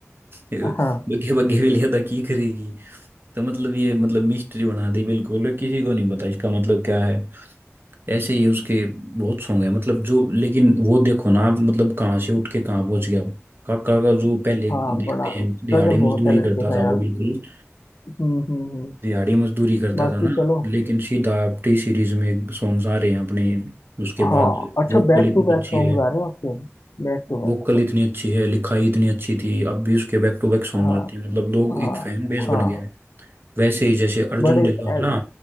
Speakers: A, on the right; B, on the left.
A: बग्गे
B: हाँ
A: बग्गे बिलियादा की करेगी तो मतलब ये मतलब मिस्ट्री बना दी बिल्कुल किसी को नहीं पता इसका मतलब क्या है ऐसे ही उसके बहुत सॉन्ग है मतलब जो लेकिन वो देखो ना आप मतलब कहाँ से उठ के कहाँ पहुंच गया काका का जो पहले
B: हाँ
A: देखते
B: बड़ा
A: हैं
B: स्ट्रगल
A: दिहाड़ी मजदूरी
B: बहुत है लड़के
A: करता
B: का
A: था
B: यार
A: वो बिल्कुल
B: हम्म हम्म हम्म
A: दिहाड़ी मजदूरी करता
B: बाकी
A: था ना
B: चलो
A: लेकिन सीधा आप टी सीरीज में सॉन्ग्स आ रहे हैं अपने उसके
B: हाँ
A: बाद
B: अच्छा
A: वोकल
B: बैक
A: इतनी
B: टू बैक
A: अच्छी
B: सॉन्ग्स
A: है
B: आ रहे हैं आपके बैक टू बैक
A: वोकल इतनी अच्छी है लिखाई इतनी अच्छी थी अब भी उसके बैक टू बैक सॉन्ग
B: हाँ
A: आते हैं मतलब लोग
B: हाँ
A: एक फैन बेस
B: हाँ
A: बन गया है वैसे ही जैसे अर्जुन
B: बड़े
A: ढिल्लों है
B: ऐ-
A: ना